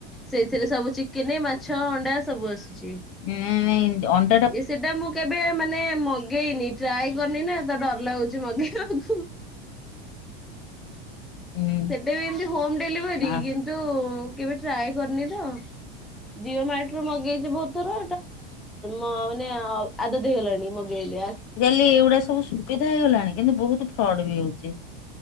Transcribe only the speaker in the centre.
ସେଇ ଥିରେ ସବୁ ଚିକେନ ଚିକେନ, ମାଛ, ଅଣ୍ଡା ସବୁ ଆସୁଛି।
ସେଟା ମୁଁ କେବେ ମାନେ ମଗେଇନି ଟ୍ରାଏ କରିନି ନା ତୋ ଡ଼ର ଲାଗୁଛି ମଗେଇବାକୁ।
ସେଟେ ବି ଏମିତି ହୋମ ଡେଲିଭରୀ।
ଥୁ କେବେ ଟ୍ରାଏ କରିନି ତ ଜିଓ ମାର୍ଟ ରୁ ମଗେଇଛି ବହୁତ୍ ଥର। ମୋ ମାନେ ଆଦତ ହେଇ ଗଲାଣି ମଗେଇଲେ।